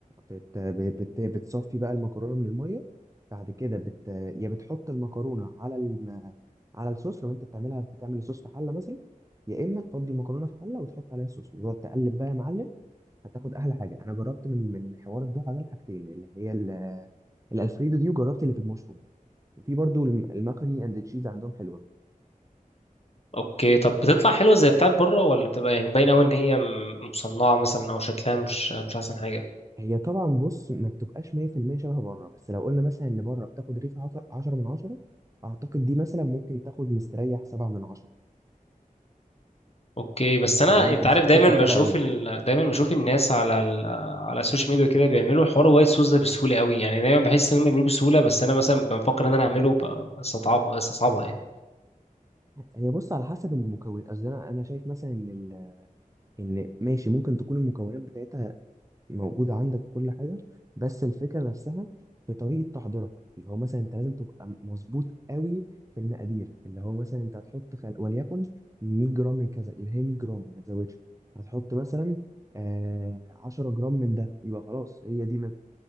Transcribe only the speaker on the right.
بت... بت... بتصفي بقى المكرونه من الميه بعد كده بت... يا بتحط المكرونه على الم... على الصوص لو انت بتعملها بتعمل الصوص في حله مثلا يا اما تفضي المكرونه في حله وتحط عليها الصوص وتقعد تقلب بقى يا معلم هتاخد احلى حاجه انا جربت من من حوار الدوحه ده الحاجتين اللي هي ال... الالفريدو دي وجربت اللي بالمشروم وفي برضو الم- المكروني اند تشيز عندهم حلوه
هي طبعا بص ما بتبقاش 100% شبه بره بس لو قلنا مثلا اللي بره بتاخد ريت 10 من 10 اعتقد دي مثلا ممكن تاخد مستريح 7 من 10
فاللي انت
مش
هتحس
فرق قوي
هي بص على حسب المكون قصدي انا انا شايف مثلا ان ال- ان ماشي ممكن تكون المكونات بتاعتها موجودة عندك كل حاجة بس الفكرة نفسها في طريقة تحضيرها اللي هو مثلا انت لازم تبقى مظبوط قوي في المقادير اللي هو مثلا انت هتحط خل... وليكن 100 جرام من كذا يبقى هي 100 جرام ما تزودش هتحط مثلا آه 10 جرام من ده يبقى خلاص هي دي ما...